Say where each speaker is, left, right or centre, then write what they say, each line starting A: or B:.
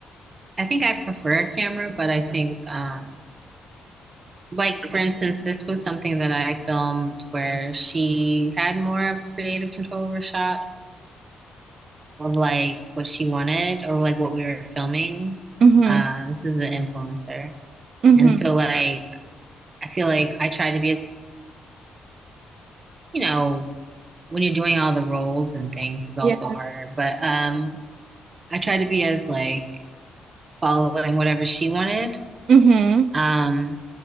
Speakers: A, on the right; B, on the right.
A: I think I prefer camera, but I think, um, like for instance, this was something that I filmed where she had more of creative control over shots of like what she wanted or like what we were filming.
B: Mm-hmm.
A: Um, this is an influencer,
B: Mm-hmm.
A: and so like I feel like I tried to be as you know when you're doing all the roles and things, it's also
B: Yeah.
A: harder. But um, I tried to be as like following whatever she wanted
B: Mm-hmm.
A: Um,